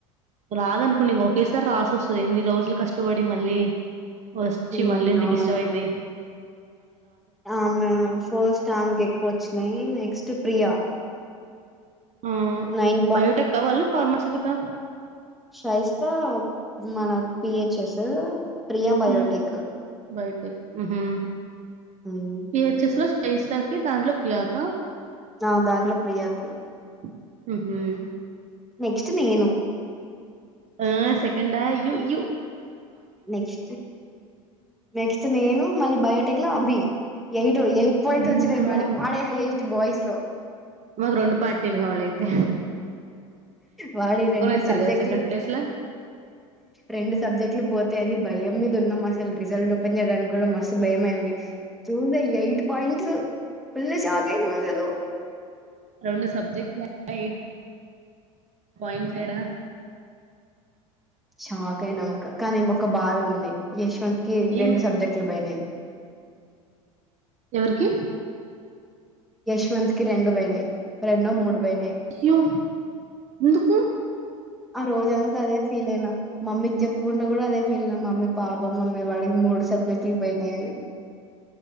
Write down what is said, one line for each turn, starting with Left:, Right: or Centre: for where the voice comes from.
Right: రాదనుకున్నా ఇంక ఒకేసారి రాసి వస్తుంది ఎన్ని రోజులు కష్టపడి మళ్ళీ వచ్చి
Centre: ఉమ్
Right: మళ్ళీ ఎందుకు
Centre: అవునక్క
Right: డిస్టర్బ్ అయితాది
Centre: ఆమె ఫస్ట్ ఆమెకు ఎక్కువ వచ్చినాయి నెక్స్ట్ ప్రియా
Right: హా
Centre: నైన్
Right: బయోటెక్కా వాళ్ళు ఫార్మసీటీ కా
Centre: షైస్త మన పి హెచ్ ఎస్ ప్రియా బయోటెక్
Right: మ్ బయోటెక్ మ్మ్
Centre: ఉమ్,
Right: పి హెచ్ ఎస్ లో పైస్తాకి దాండ్లో ప్రియాక
Centre: నా దాంట్లో ప్రియాకి
Right: హ్మ్మ్
Centre: నెక్స్ట్ నేను
Right: ఆ second you you
Centre: next, next నేను మళ్ళీ బయోటెక్ లో అబి, ఎయిట్ ఎయిట్ పాయింట్స్
Right: అమ్మో
Centre: వచ్చినాయి వాడికి వాడే హైయెస్ట్ బాయ్స్ స్లో
Right: మాకు రెండు పార్టీలు కావాలైతే
Centre: వాడి రెండు
Right: వచ్చారు
Centre: సబ్జెక్టులు
Right: కదా సెకండ్ ప్లేస్ లా
Centre: రెండు సబ్జెక్టులు పోతే అది భయం మీద ఉన్నాం రిసల్ట్ ఓపెన్ చేయ కూడా మస్త్ భయమైంది చూజ అయ ఎయిట్ పాయింట్స్ పుల్ షాక్ అయినం అసలు
Right: రెండు సబ్జెక్ట్ ఎయిట్ పాయింట్స్ ఎడా
Centre: షాక్ అయినాముక కానీ ఒక బాద ఉంది యశ్వంత్ కి
Right: ఏం
Centre: రెండు సబ్జెక్టులు పోయినాయి
Right: ఎవరికి
Centre: యశ్వంత్ కి రెండు పోయినాయి రెండో మూడు పోయినాయి
Right: అయ్యో ఎందుకు
Centre: ఆ రోజ అంతా అదే ఫీల్ అయినా, మమ్మీకి చెప్పుకుంటా కూడా అదే ఫీల్ అయినా మమ్మీ పాపం మమ్మీ వాడికి మూడు సబ్జెక్ట్లు పోయినాయి అని